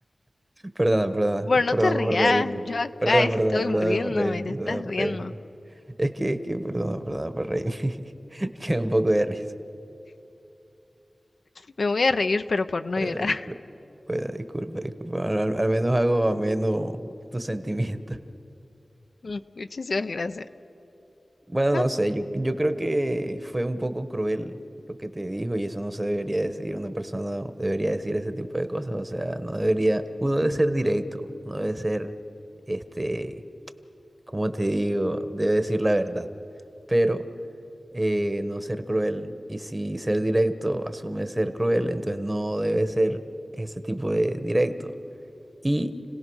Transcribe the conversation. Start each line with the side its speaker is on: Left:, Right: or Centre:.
Right: perdona, perdona,
Left: bueno, no
Right: perdona
Left: te rías,
Right: por reírme.
Left: yo acá
Right: Perdona,
Left: estoy
Right: perdona, perdona
Left: muriéndome,
Right: por reírme,
Left: te estás
Right: perdona
Left: riendo.
Right: por reírme. Es que, es que, perdona, perdona por reírme. <laughs> Es que da un poco de risa.
Left: Me voy a reír, pero por no
Right: Bueno,
Left: llorar.
Right: disculpa, bueno, disculpa, disculpa. Al, al- al menos hago ameno tus sentimientos.
Left: <laughs> Muchísimas gracias.
Right: Bueno,
Left: No,
Right: no sé, yo, yo creo que fue un poco cruel lo que te dijo y eso no se debería decir, una persona no debería decir ese tipo de cosas, o sea, no debería, uno debe ser directo, uno debe ser, este, como te digo, debe decir la verdad, pero eh, no ser cruel y si ser directo asume ser cruel, entonces no debe ser ese tipo de directo, y